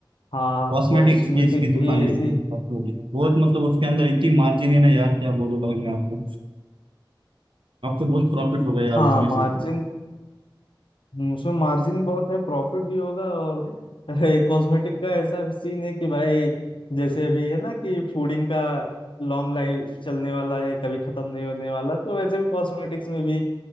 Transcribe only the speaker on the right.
कॉस्मेटिक
चीज की दुकान
है
कॉस्मेटिक बहुत मतलब उसके अंदर इतनी मार्जिन है ना यार क्या बोलूं भाई मैं आपको अब तो बहुत प्रॉफिट हो गया यार
उसमें
से